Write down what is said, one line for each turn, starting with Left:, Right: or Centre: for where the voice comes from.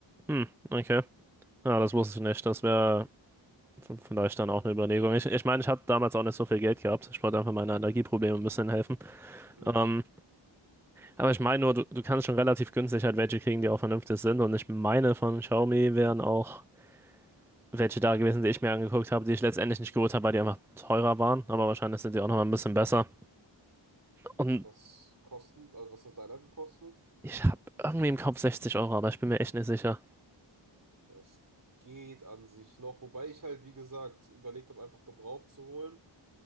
Centre: Hm, okay. Ja, das wusste ich nicht. Das wäre Von, von daher ist dann auch eine Überlegung. Ich, ich meine, ich habe damals auch nicht so viel Geld gehabt. Ich wollte einfach meine Allergieprobleme ein bisschen helfen.
Right: Mhm.
Centre: Ähm, aber ich meine nur, du, du kannst schon relativ günstig halt welche kriegen, die auch vernünftig sind. Und ich meine, von Xiaomi wären auch welche da gewesen, die ich mir angeguckt habe, die ich letztendlich nicht geholt habe, weil die einfach teurer waren. Aber wahrscheinlich sind die auch nochmal ein bisschen besser. Und
Right: Was kosten, also was hat deiner gekostet?
Centre: ich habe irgendwie im Kopf 60 Euro, aber ich bin mir echt nicht sicher.
Right: Das geht an sich noch. Wobei ich halt, wie gesagt, überlegt habe, einfach gebraucht zu holen.